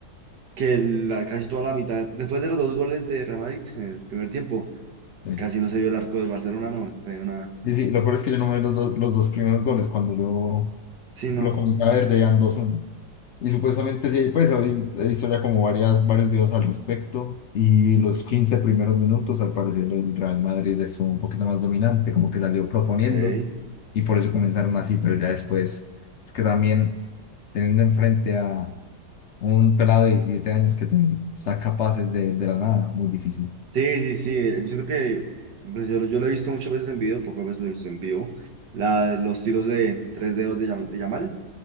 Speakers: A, on the right (about 85°); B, on the left (about 75°).
A: que la- casi toda la mitad, después de los dos goles de Real Madrid en el primer tiempo,
B: Sí.
A: casi no se vio el arco del Barcelona, no, no se vio nada.
B: Sí, sí, lo peor es que yo no me vi los, dos- los dos primeros goles. Cuando yo
A: Sí, no,
B: lo comencé a ver, ya iban dos uno Y supuestamente sí, pues hoy he visto ya como varias, varios videos al respecto. Y los 15 primeros minutos, al parecer, el Real Madrid estuvo un poquito más dominante, como que salió proponiendo.
A: ok.
B: Y por eso comenzaron así, pero ya después, es que también teniendo enfrente a un pelado de 17 años que te saca pases de, de la nada, muy difícil.
A: Sí, sí, sí, siento que pues, yo, yo lo he visto muchas veces en video, pocas veces lo he visto en vivo. La, los tiros de tres dedos de, Yam- de Yamal